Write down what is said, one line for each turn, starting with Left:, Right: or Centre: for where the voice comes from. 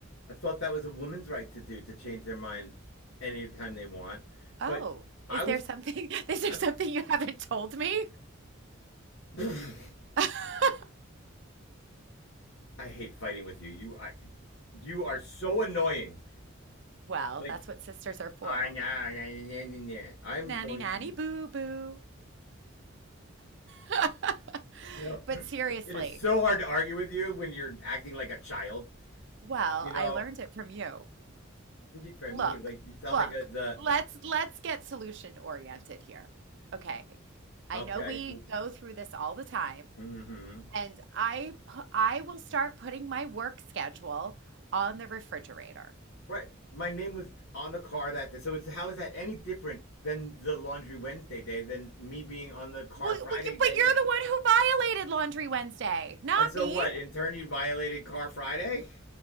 Left: I thought that was a woman's right to do to change their mind anytime they want.
Right: Oh,
Left: But I
Right: is
Left: was,
Right: there something <laughs> is there
Left: I
Right: something you haven't told me?
Left: mean. <laughs>
Right: <laughs>
Left: I hate fighting with you. You I you are so annoying.
Right: Well,
Left: Like
Right: that's what sisters are for.
Left: ah, nah, nah, nah, nah, nah. I'm
Right: Nanny,
Left: going
Right: nanny,
Left: to
Right: boo, boo. <laughs>
Left: you know <clears throat>
Right: But seriously,
Left: it is so hard to argue with you when you're acting like a child.
Right: well,
Left: You know
Right: I learned it from you.
Left: from
Right: Look,
Left: you like you sound
Right: look,
Left: like a, the
Right: let's let's get solution oriented here. Okay. I
Left: <laughs> okay.
Right: know we go through this all the time,
Left: Mm-hmm.
Right: and I pu- I will start putting my work schedule on the refrigerator.
Left: Right. My name was on the car that day. So it's how is that any different than the laundry Wednesday day than me being on the car
Right: Well,
Left: Friday
Right: well, you,
Left: day
Right: but you're
Left: and
Right: the one who violated Laundry Wednesday, not
Left: and so
Right: me.
Left: what? In turn you violated car Friday?